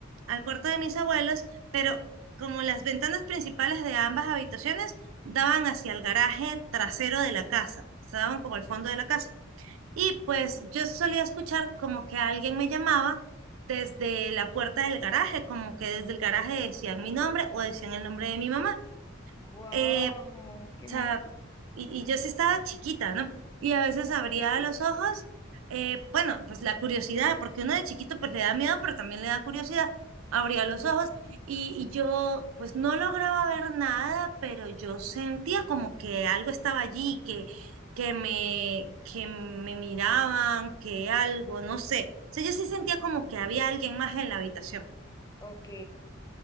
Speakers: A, on the right (about 80°); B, on the left (about 15°).
A: al cuarto de mis abuelos, pero como las ventanas principales de ambas habitaciones daban hacia el garaje trasero de la casa, se daban como al fondo de la casa. Y pues yo solía escuchar como que alguien me llamaba desde la puerta del garaje, como que desde el garaje decían mi nombre o decían el nombre de mi mamá.
B: Wow,
A: Eh,
B: qué
A: sea,
B: miedo.
A: y, y yo sí estaba chiquita, ¿no? Y a veces abría los ojos, eh, bueno, pues la curiosidad, porque uno de chiquito pues le da miedo, pero también le da curiosidad. Abría los ojos y, y yo pues no lograba ver nada, pero yo sentía como que algo estaba allí, que, que me, que me miraban, que algo, no sé. O sea, yo sí sentía como que había alguien más en la habitación.
B: Ok,